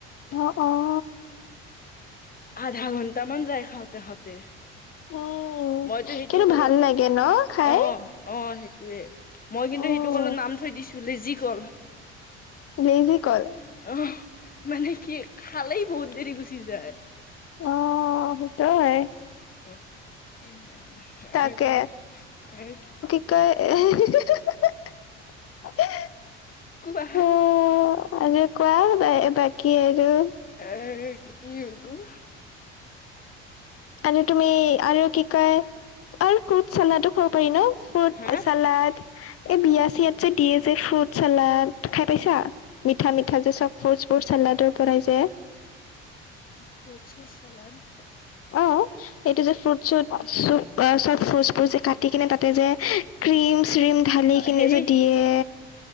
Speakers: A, on the left (about 45°); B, on the left (about 25°).
A: অ অ।
B: আধাঘণ্টামান যায় খাওঁতে খাওঁতে।
A: উম,
B: মইতো সেইটো
A: কিন্তু
B: কলৰ
A: ভাল লাগে ন খাই?
B: অহ। অ সেইটোয়ে, মই কিন্তু
A: উম,
B: সেইটো কলত নাম থৈ দিছো লিজি কল।
A: লেজি কল
B: অহ মানে কি খালেই বহুত দেৰি গুচি যায়।
A: অ সেইটো হয়।
B: অহ
A: তাকে।
B: আৰু কি আৰু
A: <unintelligible>
B: কোৱা
A: অ আৰু কোৱা বাকী আৰু?
B: এই কি হব
A: আৰু তুমি আৰু কি কয় আৰু ফ্ৰুইত চালডো খাব পাৰি ন ফ্ৰুইট
B: হা
A: চালড। এই বিয়া চিয়াত যে দিয়ে যে ফ্ৰুইট চালাড, খাই পাইছা? মিঠা মিঠা যে চব ফ্ৰুইতবোৰ চালাডৰ বনাই যে।
B: ফ্ৰুটছৰ চালাদ?
A: অঁ। এইটো যে ফ্ৰুট চুট চ ফ্ৰুট ফুট যে কাটি কিনে তাতে যে ক্ৰীম চ্ৰীম ঢালিখিনি
B: হেৰি
A: যে দিয়ে।